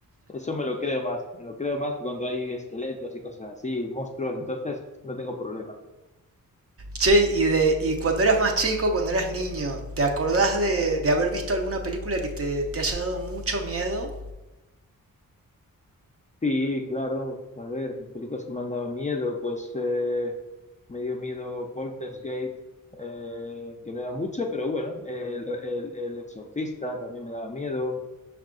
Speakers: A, on the left; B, on the right.
A: Eso me lo creo más, me lo creo más cuando hay esqueletos y cosas así, monstruos, entonces no tengo problema.
B: Che, y, de, y cuando eras más chico, cuando eras niño, ¿te acordás de, de haber visto alguna película que te, te haya dado mucho miedo?
A: Sí, claro, a ver, películas que me han dado miedo, pues eh, me dio miedo Poltergeist, eh, que no era mucho, pero bueno, el, el- el Exorcista también me daba miedo,